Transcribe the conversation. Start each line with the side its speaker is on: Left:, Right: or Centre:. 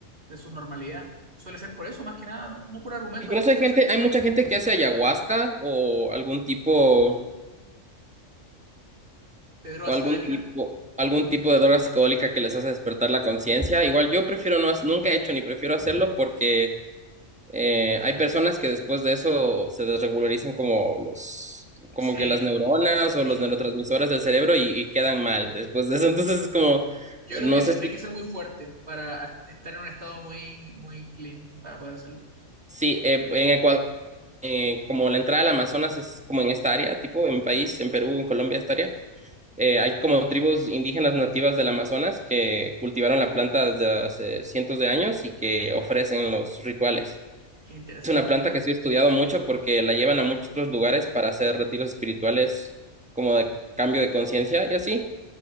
Right: de su normalidad. Suele ser por eso, más que nada, no, No por argumento,
Centre: Incluso
Right: la gente
Centre: hay gente,
Right: no se...
Centre: hay mucha gente que hace ayahuasca o algún tipo
Right: de drogas
Centre: o algún
Right: psicodélicas.
Centre: tipo, algún tipo de droga psicodélica que les hace despertar la conciencia. Igual yo prefiero no, ha- nunca he hecho ni prefiero hacerlo porque eh, hay personas que después de eso se desregularizan como los, como
Right: Sí,
Centre: que las neuronas o
Right: eh,
Centre: los neurotransmisores del cerebro y, y quedan mal después de eso. <laughs> Entonces es como,
Right: yo creo
Centre: no
Right: que
Centre: sé
Right: se-
Centre: si,
Right: hay que ser muy fuerte para estar en un estado muy, muy clean para poder hacerlo.
Centre: sí, eh, en Ecuador, eh, como la entrada al Amazonas es como en esta área, tipo en mi país, en Perú, en Colombia, esta área. Eh, hay como tribus indígenas nativas del Amazonas que cultivaron la planta desde hace cientos de años y que ofrecen los rituales.
Right: Qué interesante.
Centre: Es una planta que sí he estudiado mucho porque la llevan a muchos otros lugares para hacer retiros espirituales como de cambio de conciencia y así.